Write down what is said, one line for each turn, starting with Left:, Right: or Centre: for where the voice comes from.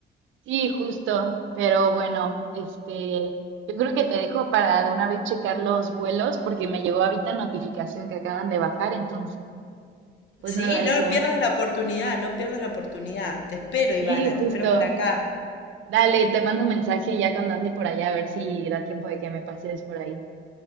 Right: Sí, justo, pero bueno, este, yo creo que te dejo para de una vez checar los vuelos porque me llegó ahorita notificación que acaban de bajar, entonces, pues
Left: Sí,
Right: nada,
Left: no
Right: eso.
Left: pierdas la oportunidad, no pierdas la oportunidad. Te espero, Ivana,
Right: Sí, justo.
Left: te espero por acá.
Right: Dale, te mando un mensaje ya cuando ande por allá a ver si da tiempo de que me pases por ahí.